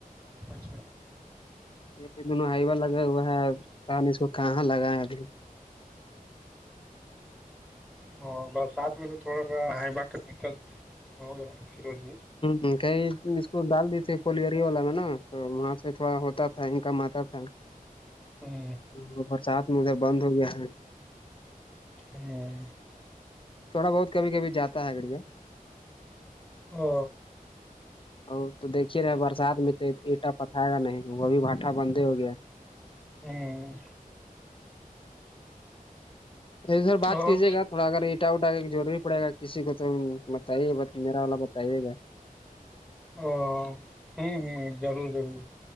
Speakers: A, in the centre; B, on the left.
A: مھے
B: یہ دونوں ہائیوا لگا ہوئے ہے اس کو کہاں لگا ہے ابھی
A: ہاں برسات میں تو تھوڑا سا ہ با دقت ہوگیا فروز بھی
B: ہ کہئی اس کو ڈال دی تے کولیری والا میں نا تو وہاں سے تھوڑا ہوتا تھا انکم آتا تھا
A: ہ
B: وہ برسات میں ادھر بند ہو گیا ہے
A: ہوں
B: تھوڑا بہت کبھی کب جاتا ہے گڑییا
A: ا
B: ا تو دیکھیے رہے برسات میں تو اٹا پتھائے گا نہیں وہ بھی بھٹا بندے ہو گیا
A: ہوں
B: ادھر بات
A: اور
B: کیجیے گا تھوڑا اگر اٹا اٹا ضروری پڑے گا کسی کو تو بتائیے ب میرا والا ب سے گا
A: او ہوں ہ ضرور ضرور